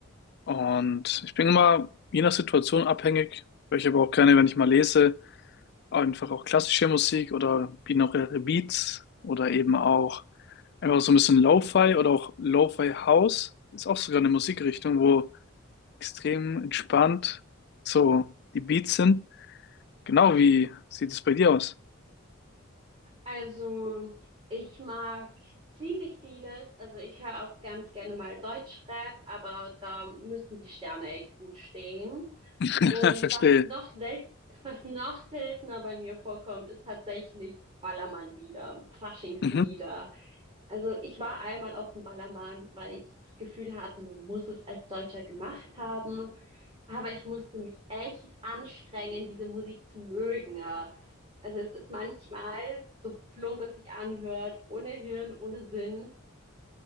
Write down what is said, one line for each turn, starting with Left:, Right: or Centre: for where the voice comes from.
Left: Und ich bin immer je nach Situation abhängig, weil ich aber auch gerne, wenn ich mal lese, einfach auch klassische Musik oder binaural Beats oder eben auch einfach so ein bisschen Lo-Fi oder auch Lo-Fi House. Ist auch sogar eine Musikrichtung, wo extrem entspannt so die Beats sind. Genau wie sieht es bei dir aus?
Right: Also, ich mag ziemlich vieles. Also, ich höre auch ganz gerne mal Deutschrap, aber da müssen die Sterne echt gut stehen.
Left: <laughs>
Right: Und
Left: Verstehe.
Right: was noch selten, <laughs> was noch seltener bei mir vorkommt, ist tatsächlich Ballermann-Lieder, Faschingslieder.
Left: Mhm.
Right: Also ich war einmal auf dem Ballermann, weil ich das Gefühl hatte, man muss es als Deutscher gemacht haben. Aber ich musste mich echt anstrengen, diese Musik zu mögen. ja. Also es ist manchmal, so plump es sich anhört, ohne Hirn, ohne Sinn.